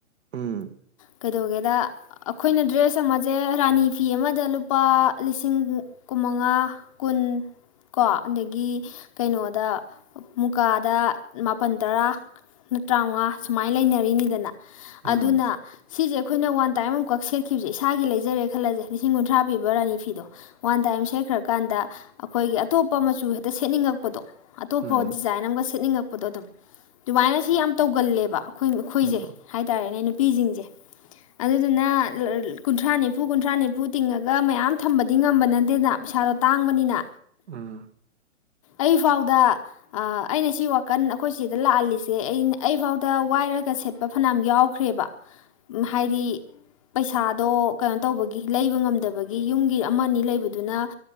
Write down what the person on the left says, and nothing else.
ꯀꯩꯗꯧꯒꯦꯗ ꯑꯩꯈꯣꯏꯅ ꯗ꯭ꯔꯦꯁ ꯑꯃꯁꯦ ꯔꯥꯅꯤ ꯐꯤ ꯑꯃꯗ ꯂꯨꯄꯥ ꯂꯤꯁꯤꯡ ꯀꯨꯟꯃꯉꯥ ꯀꯨꯟ ꯀꯣ ꯑꯗꯒꯤ ꯀꯩꯅꯣꯗ ꯃꯨꯀꯥꯗ ꯃꯥꯄꯜ ꯇꯔꯥ ꯅ ꯇꯔꯥꯃꯉꯥ ꯁꯨꯃꯥꯏꯅ ꯂꯩꯅꯔꯤꯅꯤꯗꯅ ꯑꯗꯨꯅ
ꯁꯤꯁꯦ ꯑꯩꯈꯣꯏꯅ ꯋꯥꯟ ꯇꯥꯏꯝ ꯀꯥꯛ ꯁꯦꯠꯈꯤꯕꯁꯦ ꯏꯁꯥꯒꯤ ꯂꯩꯖꯔꯦ ꯈꯜꯂꯁꯦ ꯂꯤꯁꯤꯡ ꯀꯨꯟ ꯀꯨꯊ꯭ꯔꯥ ꯄꯤꯕ ꯔꯥꯅꯤ ꯐꯤꯗꯣ ꯋꯥꯟ ꯇꯥꯏꯝ ꯁꯦꯠꯈ꯭ꯔꯀꯥꯟꯗ ꯑꯩꯈꯣꯏꯒꯤ ꯑꯇꯣꯞꯄ ꯃꯆꯨ ꯍꯦꯛꯇ ꯁꯦꯠꯅꯤꯡꯉꯛꯄꯗꯣ ꯑꯇꯣꯞꯄ
ꯗꯤꯖꯥꯏꯟ ꯑꯃꯒ ꯁꯦꯠꯅꯤꯡꯉꯛꯄ ꯄꯣꯣ ꯑꯗꯨꯝ ꯑꯗꯨꯃꯥꯏꯅ ꯁꯤ ꯌꯥꯝ ꯇꯧꯒꯜꯂꯦꯕ ꯑꯩꯈꯣꯏ ꯑꯩꯈꯣꯏꯁꯦ
ꯍꯥꯏꯇꯥꯔꯦꯅꯦ ꯅꯨꯄꯤꯁꯤꯡꯁꯦ ꯑꯗꯨꯗꯨꯅ ꯀꯨꯟꯊ꯭ꯔꯥ ꯅꯤꯐꯨ ꯀꯨꯟꯊ꯭ꯔꯥ ꯅꯤꯐꯨ ꯇꯤꯡꯉꯒ ꯃꯌꯥꯝ ꯊꯝꯕꯗꯤ ꯉꯝꯕ ꯅꯠꯇꯦꯅ ꯄꯩꯁꯥꯗꯣ ꯇꯥꯡꯕꯅꯤꯅ
ꯑꯩꯐꯥꯎꯗ ꯑꯩꯅ ꯁꯤ ꯋꯥꯀꯟ ꯑꯩꯈꯣꯏ ꯁꯤꯗ ꯂꯥꯛꯍꯜꯂꯤꯁꯦ ꯑꯩꯅ ꯑꯩꯐꯥꯎꯗ ꯋꯥꯏꯔꯒ ꯁꯦꯠꯄ ꯐꯅꯌꯥꯝ ꯌꯥꯎꯈ꯭ꯔꯦꯕ ꯍꯥꯏꯗꯤ ꯄꯩꯁꯥꯗꯣ ꯀꯩꯅꯣ ꯇꯧꯕꯒꯤ ꯂꯩꯕ ꯉꯝꯗꯕꯒꯤ ꯌꯨꯝꯒꯤ ꯑꯃ ꯑ ꯂꯩꯕꯗꯨꯅ